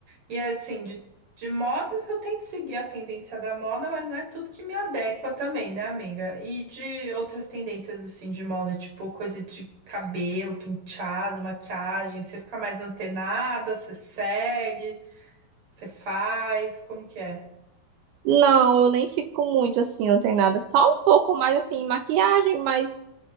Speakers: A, on the right; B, on the right.
A: e assim, de, de modas eu tento seguir a tendência da moda, mas não é tudo que me adequa também, né, amiga? E de outras tendências assim de moda, tipo coisa de cabelo, penteado, maquiagem, você fica mais antenada, você segue, você faz, como que é?
B: Não, eu nem fico muito assim, não tem nada. Só um pouco mais assim, maquiagem, mas